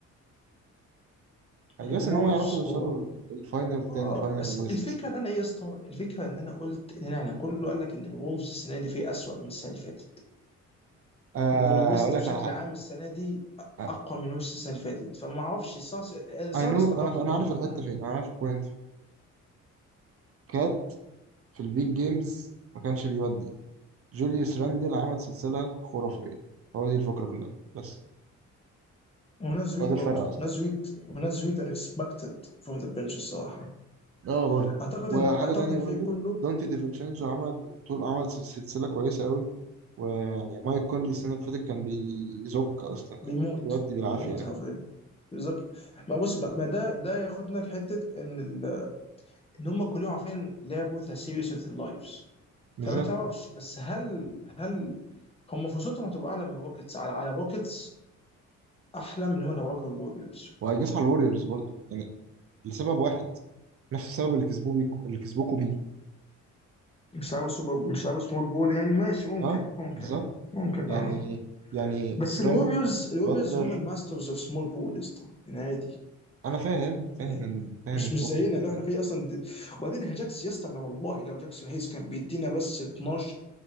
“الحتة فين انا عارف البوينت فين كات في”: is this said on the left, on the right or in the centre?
Right